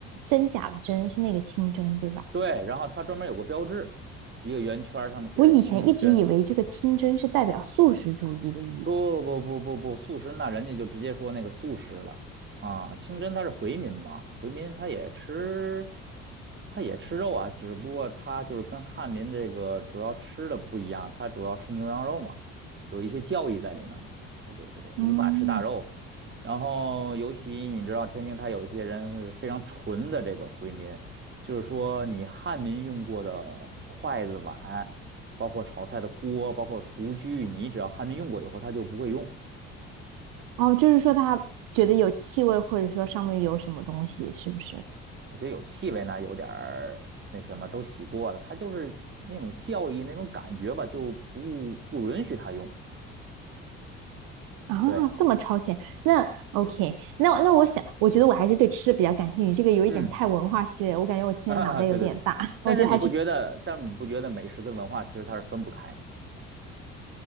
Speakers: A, on the right; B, on the right.
A: 真假的真是那个清蒸，对吧？
B: 对，然后它专门有个标志，一个圆圈儿上面写着清真，
A: 我以前一直以为这个清蒸是代表素食主义的意思。
B: 不不不不不，素食那人家就直接说那个素食了啊。清真他是回民嘛，回民他也吃，他也吃肉啊，只不过他就是跟汉民这个主要吃的不一样，他主要吃牛羊肉嘛，有一些教义在里面嘛，他就是无法吃大肉。
A: 嗯，
B: 然后尤其你知道天津，他有一些人是非常纯的这个回民，就是说你汉民用过的筷子碗。包括炒菜的锅，包括厨具，你只要还没用过以后，它就不会用。
A: 哦，就是说他觉得有气味，或者说上面有什么东西，是不是？
B: 我觉得有气味呢，有点儿那什么，都洗过了，它就是那种教义那种感觉吧，就不不允许它用。
A: 啊，
B: 对，
A: 这么超前，那 OK，那那我想，我觉得我还是对吃的比较感兴趣，这个有一点太文化系列，
B: 嗯，
A: 我感觉我听的脑袋有点大，
B: <laughs> 啊，对对对。
A: <laughs> 我觉得还是，
B: 但是你不觉得，但是你不觉得美食跟文化其实它是分不开的吗？